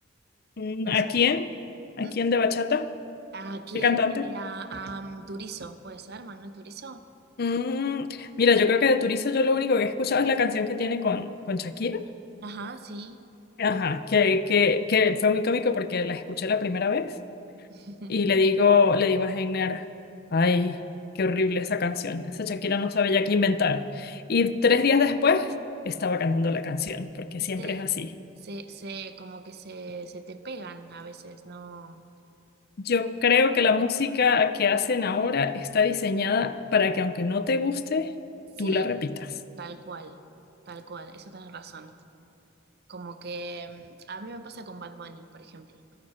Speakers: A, on the left; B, on the right.
A: Mm,
B: no
A: ¿A
B: sé.
A: quién? ¿A
B: Mm,
A: quién de bachata?
B: ¿A quién?
A: ¿Qué cantante?
B: Eh, a, a, um, Turizo, ¿puede ser? ¿Manuel Turizo?
A: Mm, mira, yo creo que de Turizo yo lo único que he escuchado es la canción que tiene con, con Shakira.
B: Ajá, sí.
A: Ajá, que, que, que fue muy cómico porque la escuché la primera vez
B: <laughs>
A: y le digo, le digo a Heiner, ay, qué horrible esa canción. Esa Shakira no sabe ya qué inventar. Y tres días después estaba cantando la canción, porque
B: ¿Viste?
A: siempre es así.
B: Se, se, como que se, se te pegan a veces, ¿no?
A: Yo creo que la música que hacen ahora está diseñada para que aunque no te guste,
B: Sí,
A: tú la repitas.
B: tal cual, tal cual, eso tenés razón. Como que mm, a mí me pasa con Bad Bunny, por ejemplo,